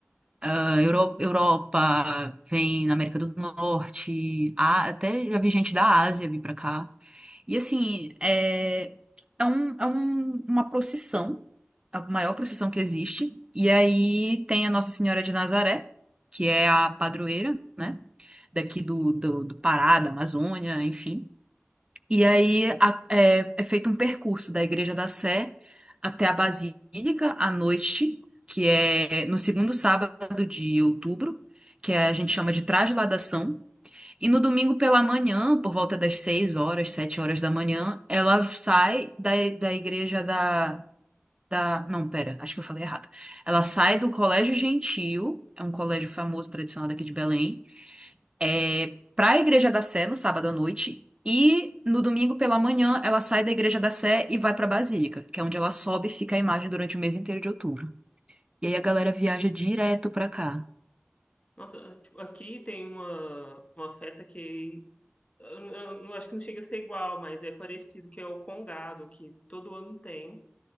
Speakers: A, on the right (about 20°); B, on the left (about 30°).
A: Ah, Euro- Europa, vem na América do Norte, a- até já vi gente da Ásia vir para cá. E assim, é, é, um, é um- uma procissão, a maior procissão que existe. E aí tem a Nossa Senhora de Nazaré, que é a padroeira, né? Daqui do, do, do Pará, da Amazônia, enfim. E aí a- é, é feito um percurso da Igreja da Sé até a Basílica à noite, que é no segundo sábado de outubro, que é, a gente chama de Trasladação e no domingo pela manhã, por volta das 6 horas, 7 horas da manhã, ela sai da, da igreja da, da. Não, pera, acho que eu falei errado. Ela sai do Colégio Gentil, é um colégio famoso, tradicional daqui de Belém, é, para a Igreja da Sé no sábado à noite. E no domingo pela manhã, ela sai da Igreja da Sé e vai para a Basílica, que é onde ela sobe e fica a imagem durante o mês inteiro de outubro. E aí a galera viaja direto pra cá.
B: Nossa, tipo, aqui tem uma, uma festa que eu, eu, eu acho que não chega a ser igual, mas é parecido, que é o Congado, que todo ano tem.